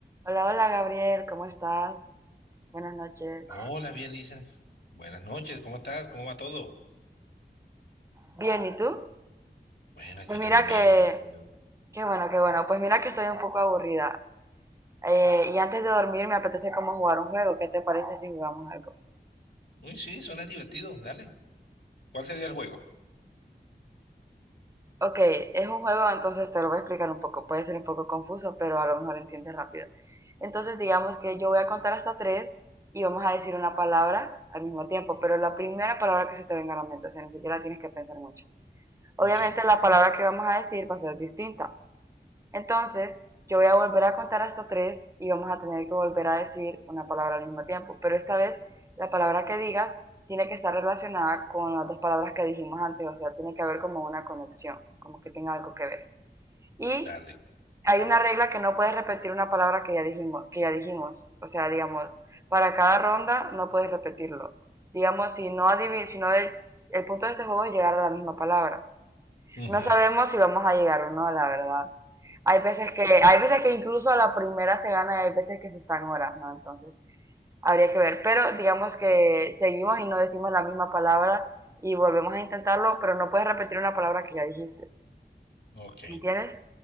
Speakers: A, on the right (about 15°); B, on the left (about 75°).
A: Hola, hola Gabriel, ¿cómo estás? Buenas noches.
B: Hola, bien, dicen. Buenas noches, ¿cómo estás? ¿Cómo va todo?
A: Bien, ¿y tú?
B: Bueno, aquí
A: Pues mira
B: también bien,
A: que,
B: gracias a Dios.
A: qué bueno, qué bueno. Pues mira que estoy un poco aburrida. Eh, y antes de dormir me apetece como jugar un juego. ¿Qué te parece si jugamos algo?
B: Uy, sí, suena divertido, dale. ¿Cuál sería el juego?
A: Ok, es un juego, entonces te lo voy a explicar un poco. Puede ser un poco confuso, pero a lo mejor entiendes rápido. Entonces digamos que yo voy a contar hasta tres y vamos a decir una palabra al mismo tiempo, pero la primera palabra que se te venga a la mente, o sea, ni siquiera tienes que pensar mucho. Obviamente
B: Ok,
A: la palabra que vamos a decir va a ser distinta. Entonces, yo voy a volver a contar hasta tres y vamos a tener que volver a decir una palabra al mismo tiempo. Pero esta vez, la palabra que digas tiene que estar relacionada con las dos palabras que dijimos antes, o sea, tiene que haber como una conexión, como que tenga algo que ver. Y
B: dale.
A: hay una regla que no puedes repetir una palabra que ya dijimos, que ya dijimos, o sea, digamos, para cada ronda no puedes repetirlo. Digamos, si no adiv- si no es- el punto de este juego es llegar a la misma palabra.
B: Ujú,
A: No sabemos si vamos a llegar o no, la verdad. Hay veces que, hay veces que incluso a la primera se gana y hay veces que se están horas, ¿no? Entonces, habría que ver. Pero digamos que seguimos y no decimos la misma palabra y volvemos a intentarlo, pero no puedes repetir una palabra que ya dijiste.
B: Ok,
A: ¿Me entiendes?